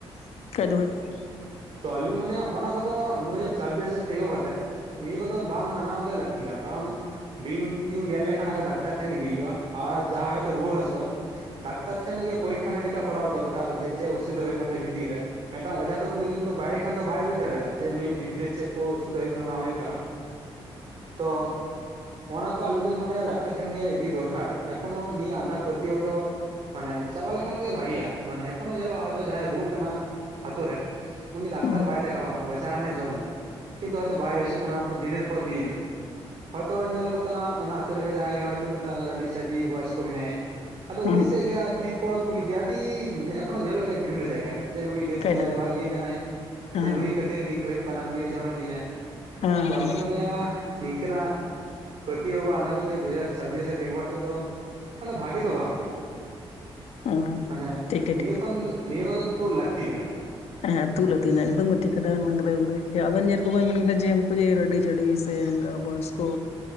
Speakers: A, on the left; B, on the right.
A: <inaudible>
B: ᱛᱚ ᱟᱹᱞᱤᱧ ᱢᱟᱱᱮᱭᱟ ᱚᱱᱟ ᱠᱚᱫᱚ ᱫᱩ ᱦᱟᱡᱟᱨ ᱪᱷᱟᱵᱵᱤᱥ ᱨᱮ ᱛᱤᱸᱜᱩ ᱠᱟᱛᱮᱜ᱾ ᱱᱤᱭᱟᱹ ᱠᱚᱫᱚ ᱵᱟᱝ ᱢᱟᱱᱟᱣ ᱜᱮ ᱞᱟᱹᱠᱛᱤ ᱠᱟᱱᱟ ᱠᱟᱨᱚᱱ᱾ ᱵᱤᱧ ᱴᱤᱧ ᱜᱮᱨ ᱞᱮᱠᱷᱟᱱ ᱰᱟᱠᱛᱟᱨ ᱴᱷᱮᱱ ᱤᱫᱤ ᱦᱩᱭᱩᱜᱼᱟ ᱟᱨ ᱡᱟᱦᱟᱸ ᱦᱚᱭᱛᱳ ᱨᱩᱣᱟᱹ ᱦᱟᱹᱥᱩᱜᱼᱟ᱾ ᱰᱟᱠᱛᱟᱨ ᱴᱷᱮᱱ ᱜᱮ ᱯᱚᱨᱤᱠᱠᱷᱟ ᱱᱤᱨᱤᱠᱠᱷᱟ ᱠᱚᱨᱟᱣ ᱫᱚᱨᱠᱟᱨ ᱡᱮ ᱪᱮᱫ ᱚᱥᱩᱵᱤᱫᱟ ᱦᱩᱭᱩᱜ ᱠᱟᱱ ᱛᱟᱭᱟ ᱵᱷᱤᱛᱤᱨ ᱨᱮ᱾ ᱢᱤᱫᱴᱟᱝ ᱚᱡᱷᱟ ᱫᱚ ᱩᱱᱤ ᱠᱤᱱᱛᱩ ᱵᱟᱭᱨᱮ ᱠᱷᱟᱱ ᱫᱚ ᱵᱟᱭ ᱵᱩᱡᱽ ᱫᱟᱲᱮᱭᱟᱜᱼᱟ ᱡᱮ ᱱᱤᱭᱟᱹ ᱵᱷᱤᱛᱤᱨ ᱨᱮ ᱪᱮᱫ ᱠᱚ ᱚᱥᱩᱵᱤᱫᱷᱟ ᱦᱩᱭᱩᱜ ᱠᱟᱱᱟ ᱵᱟᱝ ᱦᱩᱭᱩᱜ ᱠᱟᱱᱟ᱾ <inaudible> ᱛᱚ ᱚᱱᱟ ᱠᱚ ᱟᱹᱞᱤᱧ ᱞᱤᱧ ᱢᱚᱱᱮᱭᱟ ᱰᱟᱠᱛᱟᱨ ᱴᱷᱮᱱ ᱜᱮ ᱤᱫᱤ ᱫᱚᱨᱠᱟᱨ ᱮᱠᱷᱚᱱᱳ᱾ ᱱᱤᱭᱟᱹ ᱟᱸᱫᱷᱟ ᱯᱟᱹᱛᱭᱟᱹᱣ ᱫᱚ᱾ ᱢᱟᱱᱮ ᱪᱟᱵᱟ ᱞᱮᱠᱷᱟᱱ ᱜᱮ ᱵᱷᱟᱜᱤᱜᱼᱟ ᱢᱟᱱᱮ ᱮᱠᱷᱚᱱᱳ ᱧᱮᱞᱚᱜᱼᱟᱭ ᱡᱟᱦᱟᱸᱭ ᱨᱩᱣᱟᱹᱜ ᱠᱟᱱᱟ ᱟᱛᱳ ᱨᱮ᱾ ᱩᱱᱤ ᱰᱟᱠᱛᱟᱨ
A: ᱦᱩᱸ
B: ᱵᱟᱭ ᱫᱮᱠᱷᱟᱣᱱᱟ ᱚᱡᱟ ᱨᱟᱱᱮ ᱡᱚᱢ ᱮᱫᱟ᱾ ᱠᱤᱱᱛᱩ ᱦᱚᱭᱛᱳ ᱵᱟᱭ ᱵᱮᱥᱚᱜ ᱠᱟᱱᱟ ᱫᱤᱱᱮᱨ ᱯᱚᱨ ᱫᱤᱱ᱾ ᱦᱚᱭᱛᱳ ᱧᱮᱞᱚᱜ ᱠᱟᱱᱟ ᱚᱱᱟ ᱟᱛᱳ ᱨᱮᱜᱮ ᱡᱟᱦᱟᱸᱭ ᱜᱮ ᱦᱳᱭᱛᱳ ᱢᱤᱫᱴᱟᱝ ᱨᱟᱺᱰᱤ ᱪᱷᱟᱹᱵᱭᱤ ᱵᱚᱭᱚᱥᱼᱼ ᱠᱚ ᱢᱮᱱᱟᱭᱟ ᱟᱫᱚ
A: ᱦᱩᱸ
B: ᱩᱱᱤ ᱥᱮᱫ ᱜᱮ ᱛᱤ ᱠᱚ ᱛᱩᱞ ᱜᱮᱭᱟ ᱟᱹᱰᱤ ᱮᱠᱷᱚᱱᱳ ᱧᱮᱞᱚᱜ ᱜᱮᱭᱟ ᱵᱤᱵᱷᱤᱱᱱᱚ ᱡᱟᱭᱜᱟ ᱨᱮ᱾ ᱡᱮ ᱱᱩᱭ ᱫᱟᱹᱱ
A: ᱠᱷᱟᱡ
B: ᱠᱟᱱᱟᱭ
A: ᱫᱚ ᱠᱷᱟᱡ ᱫᱚ ᱦᱮᱸ
B: ᱵᱟ ᱤᱭᱟᱹ ᱠᱟᱱᱟᱭ
A: ᱦᱮᱸ
B: ᱱᱩᱭ ᱠᱷᱟᱹᱛᱤᱨ ᱱᱤᱝᱠᱟᱹ ᱦᱩᱭᱩᱜ ᱠᱟᱱᱟ ᱱᱩᱭᱮ ᱡᱚᱢᱮᱫ ᱞᱮᱭᱟ᱾
A: ᱦᱮᱸ
B: ᱛᱚ
A: ᱦᱮᱸ
B: ᱟᱹᱞᱤᱧ ᱢᱚᱱᱮᱭᱟ ᱱᱤᱝᱠᱟᱹᱱᱟᱜᱼᱼ ᱯᱟᱹᱛᱭᱟᱹᱣ ᱵᱟ ᱟᱱᱫᱷᱟ ᱯᱟᱹᱛᱭᱟᱹᱣ ᱫᱩᱦᱟᱡᱟᱨ ᱪᱷᱟᱵᱤᱥ ᱨᱮ ᱛᱤᱜᱩ ᱠᱟᱛᱮᱫ ᱫᱚ ᱢᱟᱱᱮ ᱵᱷᱟᱜᱮ ᱫᱚ ᱵᱟᱝ
A: ᱦᱮᱸ
B: ᱢᱟᱱᱮ
A: ᱴᱷᱤᱠ ᱴᱷᱤᱠ
B: ᱱᱤᱭᱟᱹ
A: ᱴᱷᱤᱠ
B: ᱠᱷᱚᱱ ᱫᱚ ᱱᱤᱭᱟᱹ ᱠᱚᱫᱚ ᱮᱠᱴᱩ ᱞᱟᱹᱠᱛᱤ ᱠᱟᱱᱟ ᱾
A: ᱦᱮ ᱛᱩᱜ ᱞᱟᱠᱛᱤ ᱠᱟᱱᱟ ᱮᱫᱚᱢ ᱜᱮ ᱴᱷᱤᱠ ᱠᱟᱛᱷᱟ ᱵᱮᱱ ᱢᱮᱱ ᱠᱟᱫᱟ ᱜᱚᱢᱠᱮ᱾ ᱟᱵᱮᱱ ᱡᱮᱨᱚᱠᱚᱢ ᱵᱮᱱ ᱢᱮᱱ ᱠᱮᱫᱟ ᱡᱮ ᱩᱱᱠᱩ ᱡᱮ ᱨᱟᱹᱰᱤ ᱪᱟᱹᱰᱩᱭ ᱥᱮ ᱵᱚᱭᱚᱥ ᱠᱚ᱾